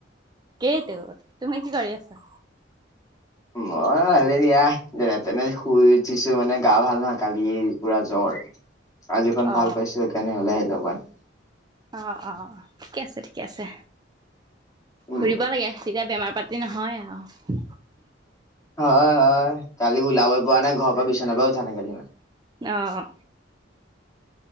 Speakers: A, on the right (about 20°); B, on the left (about 20°).
A: কেইটো তুমি কি কৰি আছা?
B: মই ভালে দিয়া যেনে তেনে শুই উঠিছো মানে গা ভাল নহয় কালি পুৰা জ্বৰ
A: <inaudible>
B: আজি অকন
A: অ
B: ভাল পাইছো সেইকাৰণে ওলাই আহিলো অকমান।
A: অ অ, ঠিকে আছে ঠিকে আছে।
B: উম,
A: ঘুৰিব লাগে তেতিয়া বেমাৰ পাতি তি নহয় আৰু।
B: হয় হয় কালি ওলাবই পৰা নাই ঘৰৰ পৰা বিছনাৰ পৰাই উঠা নাই কালি মই।
A: অ।